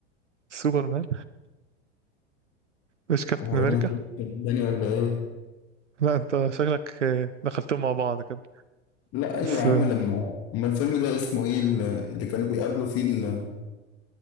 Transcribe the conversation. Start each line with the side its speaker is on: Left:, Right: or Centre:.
Right: سوبر مان مش كابتن
Left: هو
Right: امريكا
Left: أنا شفته التاني ولا إيه
Right: لا انت شكلك آه، دخلتهم مع بعض كده
Left: لا أيوة
Right: بس
Left: يا
Right: آه،
Left: عم لما أما الفيلم ده اسمه إيه اللي اللي كانوا بيقابلوا فيه ال-